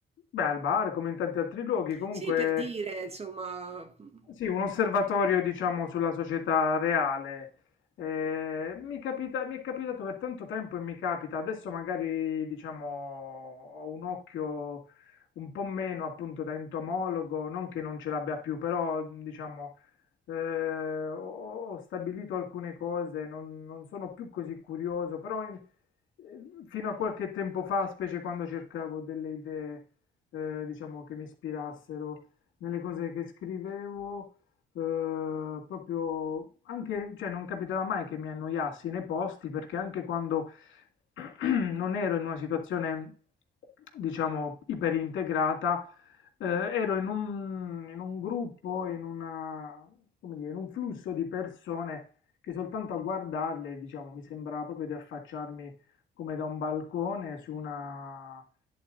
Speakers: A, on the left; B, on the right.
A: beh, al bar come in tanti altri luoghi, comunque
B: Sì, per dire, insomma. mm,
A: Sì, un osservatorio, diciamo, sulla società reale. Eh, mi capita- mi è capitato per tanto tempo e mi capita, adesso magari, diciamo, ho un occhio un po' meno appunto da entomologo, non che non ce l'abbia più, però, mh, diciamo, eh, ho, ho stabilito alcune cose, non, non sono più così curioso, però in- eh, fino a qualche tempo fa, specie quando cercavo delle idee, eh, diciamo, che mi ispirassero nelle cose che scrivevo, eh, proprio anche, cioè non capitava mai che mi annoiassi nei posti perché anche quando <clears throat> non ero in una situazione, diciamo, iperintegrata, eh, ero in un, in un gruppo, in una, come dire, in un flusso di persone che soltanto a guardarle, diciamo, mi sembrava proprio di affacciarmi come da un balcone su una,